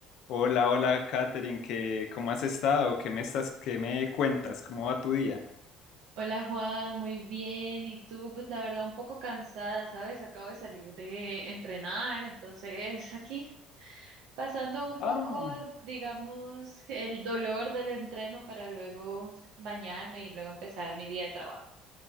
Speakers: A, on the left; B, on the right.
A: Hola, hola, Katherine, ¿qué, cómo has estado? ¿Qué me estás, qué me cuentas? ¿Cómo va tu día?
B: Hola Juan, muy bien. ¿Y tú? Pues la verdad un poco cansada, ¿sabes? Acabo de salir de entrenar, entonces aquí pasando un
A: Ah,
B: poco, digamos, el dolor del entreno para luego bañarme y luego empezar mi día de trabajo.